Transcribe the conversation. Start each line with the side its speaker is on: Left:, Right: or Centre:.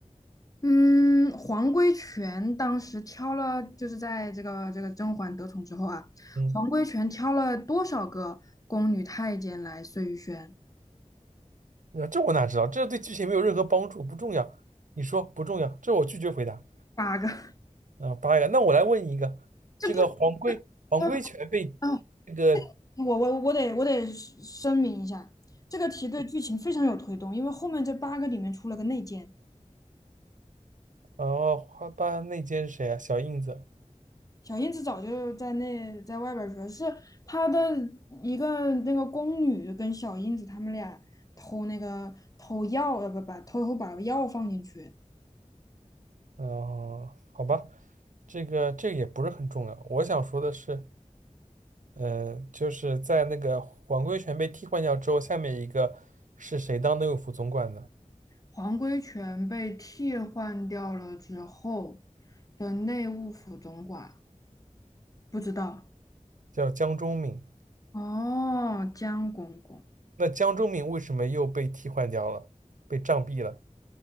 Left: 嗯，黄规全当时挑了，就是在这个这个甄嬛得宠之后啊，
Right: 嗯，
Left: 黄规全挑了多少个宫女太监来碎玉轩？
Right: 那这我哪知道？这对剧情没有任何帮助，不重要。你说不重要，这我拒绝回答。
Left: 八个。<laughs>
Right: 啊，八个，那我来问你一个，
Left: 这不，
Right: 这个黄龟黄龟全被
Left: 啊啊，
Right: 这个
Left: 我我我得我得声明一下，这个题对剧情非常有推动，因为后面这八个里面出了个内奸。
Right: 哦花瓣内奸是谁啊？小印子。
Left: 小燕子早就在那在外边儿学，是她的一个那个宫女跟小燕子他们俩偷那个偷药，呃不把偷偷把药放进去，
Right: 嗯，好吧，这个这个也不是很重要。我想说的是。嗯，就是在那个皇贵全被替换掉之后，下面一个是谁当内务府总管的？
Left: 黄规全被替换掉了之后的内务府总管不知道
Right: 叫江忠敏。
Left: 哦，江公公
Right: 那江忠敏为什么又被替换掉了？被杖毙了？